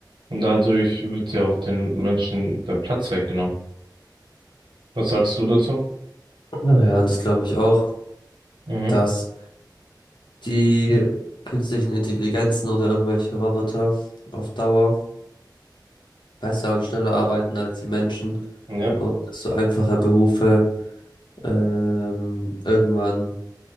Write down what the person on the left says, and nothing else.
Naja, das glaube ich auch,
dass die künstlichen Intelligenzen oder irgendwelche Roboter auf Dauer besser und schneller arbeiten als die Menschen
und dass so einfache Berufe ähm, irgendwann